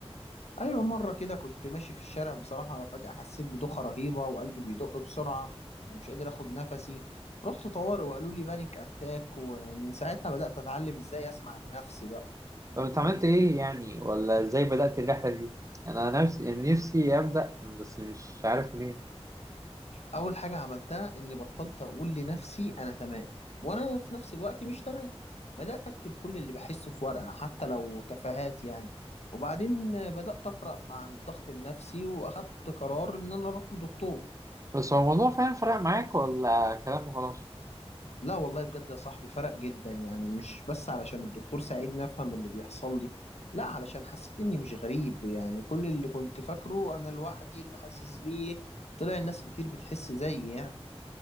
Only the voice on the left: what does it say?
ايوه مره كده كنت ماشي في الشارع بصراحه فجاه حسيت بدوخه رهيبه وقلبي بيدق بسرعه ومش قادر اخد نفسي رحت طوارئ وقالوا لي بانيك اتاك ومن ساعتها بدات اتعلم ازاي اسمع لنفسي بقى
اول حاجه عملتها اني بطلت اقول لنفسي انا تمام وانا في نفس الوقت مش تمام بدات اكتب كل اللي بحسه في ورقه حتى لو تفاهات يعني وبعدين بدات اقرا عن الضغط النفسي واخدت قرار ان انا اروح لدكتور
لا والله بجد يا صاحبي فرق جدا يعني مش بس علشان الدكتور ساعدني افهم اللي بيحصل لي لا علشان حسيت اني مش غريب يعني كل اللي كنت فاكره انا لوحدي اللي حاسس بيه طلع الناس كتير بتحس زيي يعني